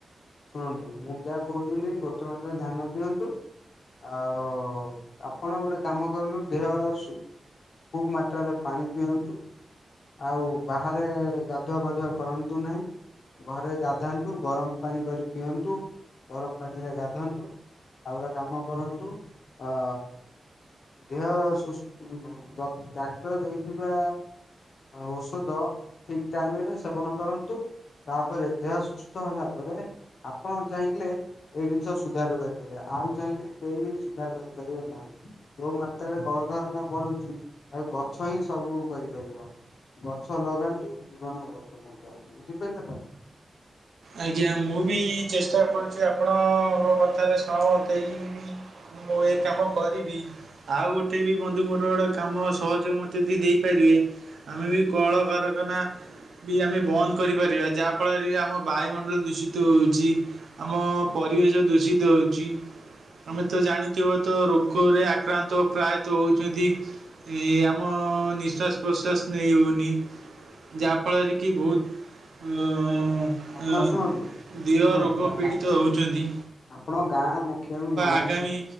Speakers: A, on the left (about 70°); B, on the right (about 70°).
A: ଶୁଣନ୍ତୁ ମୁଁ ଯାହା କହୁଥିଲି ଗୋଟେ ମାତ୍ର ଧ୍ୟାନ ଦିଅନ୍ତୁ। ଆଉ ଆପଣ ଗୋଟେ କାମ କରନ୍ତୁ ଦେହର ସୁ ଖୁବ୍ ମାତ୍ରାରେ ପାଣି ପିଅନ୍ତୁ। ଆଉ ବାହାରେ ଗାଧୁଆ ପାଧୁଆ କରନ୍ତୁ ନାହିଁ। ଘରେ ଗାଧାନ୍ତୁ ଗରମ ପାଣି କରି ପିଅନ୍ତୁ ଗରମ ପାଣିରେ ଗାଧାନ୍ତୁ। ଆଉ ଗୋଟେ କାମ କରନ୍ତୁ ଅ ଦେହ ସୁସ୍ଥ ଡକ୍ ଡାକ୍ତର ଦେଇଥିବା ଔଷଧ ଠିକ୍ ଟାଇମ୍ ରେ ସେବନ କରନ୍ତୁ ତାପରେ ଦେହ ସୁସ୍ଥ ହେଲା ପରେ ଆପଣ ଚାହିଁଥିଲେ ଏଇ ଜିନିଷ ସୁଧାର କରିପାରିବା ଆଉ ଚାହିଁଲେ କେହି ବି ସୁଧାର କରିପାରିବେ ନାହିଁ। ଯୋଉ ମାତ୍ରାରେ କଳକାରଖାନା ବଢୁଛି ଆଉ ଗଛ ହିଁ ସବୁ କରିପାରିବ। ଗଛ ଲଗାନ୍ତୁ ଜୀବନ ଗଛ ବଞ୍ଚାନ୍ତୁ ବୁଝିପାରିଲେ ତ?
B: ଆଜ୍ଞା ମୁଁ ବି ଚେଷ୍ଟା କରୁଛି ଆପଣଙ୍କ କଥାରେ ସହମତ ହେଇକି ବି ମୁଁ ଏ କାମ କରିବି। ଆଉ ଗୋଟେ ବି ବନ୍ଧୁ ମୋର ଗୋଟେ କାମ ସହଯୋଗ ମୋତେ ବି ଦେଇ ଦେଇପାରିବେ। ଆମେ ବି କଳକାରଖାନା ବି ଆମେ ବନ୍ଦ କରିପାରିବା ଯାହା ଫଳରେ ବି ଆମ ବାୟୁମଣ୍ଡଳ ଦୂଷିତ ହେଉଛି ଆମ ପରିବେଶ ଦୂଷିତ ହେଉଛି। ତମେ ତ ଜାଣିଥିବ ତ ରୋଗରେ ଆକ୍ରାନ୍ତ ପ୍ରାୟତଃ ହଉଛନ୍ତି। ଏ ଆମ ନିଶ୍ୱାସ ପ୍ରଶ୍ୱାସ ନେଇ ହେଉନି ଯାହାଫଳରେ କି ବହୁତ୍ ଅ ଅ
A: ଆପଣ ଶୁଣନ୍ତୁ
B: ଦେହ
A: ଶୁଣନ୍ତୁ
B: ରୋଗ
A: ଗୋଟା
B: ପୀଡ଼ିତ
A: କା
B: ହଉଛନ୍ତି।
A: ଆପଣ ଙ୍କ ଗାଁର ମୁଖିଆଙ୍କୁ ଜଣା
B: ଆଗାମୀ